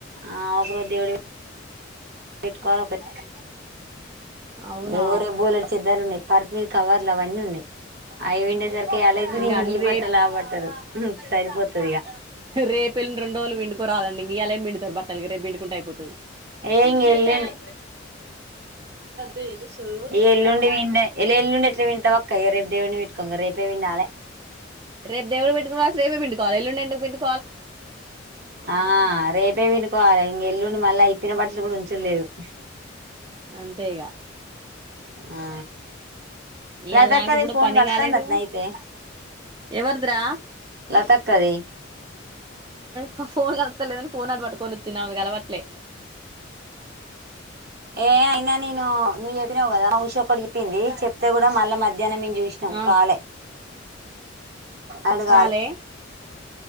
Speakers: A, on the right; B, on the right.
A: ఆ ఒకరోజ్ దేవుడువే పెట్కోావాలా పేట్
B: అవునా
A: ఎవరే బోలేడ్ చిద్దాలున్నాయి కరణ్ మీ కవర్లా అవన్నీ ఉన్నాయి అవి విండేసరికి యాలయితే
B: ఇంగ
A: ఇంగి
B: అన్ని రేప్
A: బట్టలుఆ బట్టలు హుమ్ సరిపోతాయా
B: రేప్ ఏల్ రెండ్రోజులు పిండుకురాడండి ఇగ్ ఇయలెం పిండుతారు బట్ట తలగ రేప్ పిండుకుంటే అయిపోద్ది
A: ఏం చేయలేను తెలుసు ఎ ఎల్లుండి ఎండే ఏల్ ఎలుండి ఎట్లా తింటావ్ కయ్యే రేప్ దేవున్ని వెట్టుకొం గా రేపే పిండాలే
B: రేప్ దేవుడ్ వెట్టుకోసవాలె రేపే పిండుకోవాల్ ఎల్లుండి ఎందుకు పిండ్
A: ఆ రేపే బిండుకోవాలె ఇంగ ఎల్లుండి మళ్ళా ఇప్పిన బట్టలు కూడా ఉచ్చుడులేద్
B: అంతే ఇగ
A: ఆ
B: ఇయాల
A: లతక్కది
B: నాకు కూడా
A: ఫోన్
B: పని
A: గలుత్తందాటణ
B: కాలేదు
A: అయితే
B: ఎవరిదిరా
A: లతక్కది
B: ప్ ఫోన్ కలుతాలేదని ఫోన్ అటు పట్టుకొని కుచ్చున్న ఆమె కాలవద్ ట్లే
A: ఏ ఐన నేను ని చెప్ చెప్పినావు కదా మా ఉషక్క చెప్పింది చెప్తే కూడా మళ్ళ మధ్య ధ్యానం మేము చూసినాం
B: ఆ
A: కాలే అడగాలె
B: కాలే